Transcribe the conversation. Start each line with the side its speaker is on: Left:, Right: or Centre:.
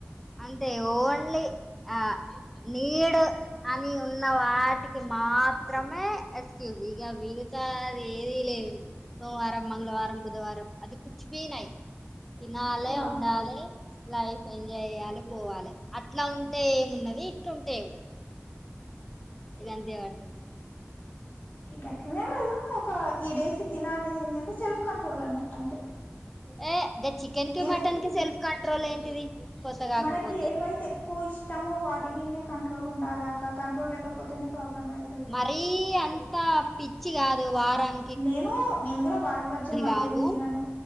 Centre: అంతే ఓన్లీ ఆ నీడు అని ఉన్న వాటికి మాత్రమే ఎస్క్యూజ్ ఇగ మీగతా అది ఏదీ లేదు సోమవారం మంగళవారం బుధవారం అది కుచ్ బీ నయి తినాలే
Left: వావ్
Centre: ఉండాలే లైఫ్ ఎంజాయ్ చేయ్యాలే పోవాలే అట్లా ఉంటే ఏమున్నది ఇట్లుంటే ఇగ అంతే పడుతది
Left: ఇగ అట్లనేం లేదు ఒక ఈ డేస్ కి తిన అనేది ఏందంటే సెల్ఫ్ కంట్రోల్ అన్నట్టు అంతే
Centre: యే గ చికెన్ కి
Left: నేనైతే
Centre: మటన్ కి సెల్ఫ్ కంట్రోల్ ఏంటిది కొత్త కాకపోతే
Left: మనకి ఏవైతే ఎక్కువ ఇష్టమో వాటి మీన్నే కంట్రోల్ ఉండాలి అక్క కంట్రోల్ లేకపోతేనే ప్రాబ్లమ్ అయి
Centre: మరీ అంత పిచ్చి గాదు వారం
Left: నేను నేను కూడా వారం వర్జం అవేం
Centre: కాదు
Left: తినను